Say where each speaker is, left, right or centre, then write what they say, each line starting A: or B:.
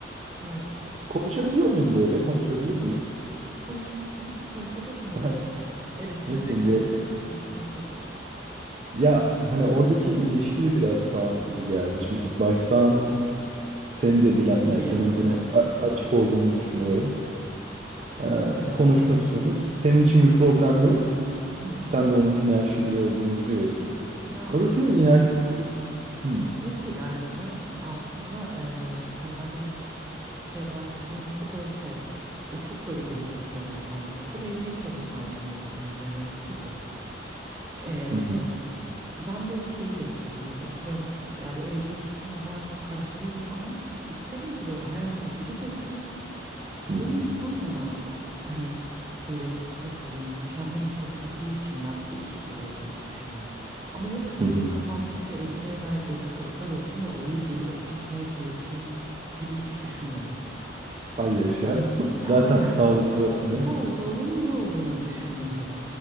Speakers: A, on the right (about 15°); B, on the right (about 35°).
A: evet.
B: konuşabiliyor muyum böyle? Konuşabilir miyim?
A: Konuşursun. Konuşabilirsin tabii
B: <laughs>
A: ki. Eleştireceksen
B: Ne bileyim yorum.
A: eleştirebilirsin. Sıkıntı. yok.
B: Ya hani oradaki ilişki de biraz tuhaf gibi geldi. Çünkü baştan seni de bilen
A: Biliyor.
B: yani senin bunu
A: Evet.
B: a- açık olduğunu düşünüyorum. Ee,
A: Evet.
B: konuşmuşsunuz. Senin için bir problem yok.
A: Hı hı.
B: Sen de onun inançlı biri olduğunu biliyorsun.
A: Ya
B: O
A: açıkçası
B: da senin inançsız biri. Hı.
A: nasıl ilerledi biliyor musun? Aslında eee, temelde biz ilişkiye başladığımızda böyle şey. O çok böyle gelecek planı yapan biriydi. Benim de hiç öyle planlarım yoktu yani. Hani sıfır. E,
B: Hı hı.
A: Ben böyle şeyi beklerim. Mesela atıyorum ya böyle evlilik fikrine falan çok karşı değilim ama isterim ki böyle hayatıma biri girsin.
B: Hı
A: O
B: hı.
A: insan bana s- hani s- böyle nasıl diyeyim mükemmel hissettirdiği için ben o kişiyle evlilik düşüneyim. Ama yoksa
B: Hı hı.
A: böyle kafamda işte evliliğe dair belli kalıplar olsun ve oraya birini oturtmaya çalışayım gibi hiç düşünmedim.
B: Ay yaşa. <laughs> Zaten
A: E, Aynen.
B: sağlıklı olan değil
A: Sağlıklı
B: mi? bu?
A: olanın bu olduğunu düşündüm hep.